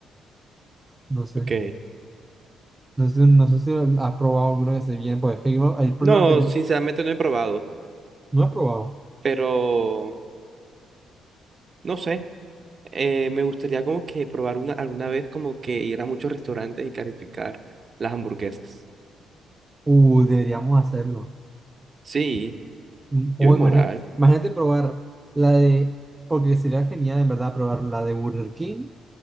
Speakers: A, on the right; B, on the right.
A: No sé.
B: Ok.
A: No sé, no sé si lo has probado alguno que esté bien, porque es que hay uno- hay problemas
B: No,
A: que sí-
B: sinceramente no he probado,
A: no he probado.
B: pero no sé. Eh, me gustaría como que probar una alguna vez como que ir a muchos restaurantes y calificar las hamburguesas.
A: Uh, deberíamos hacerlo.
B: Sí,
A: Mm, O
B: yo en moral.
A: imagi- imagínate, probar la de, porque sería genial en verdad probar la de Burger King,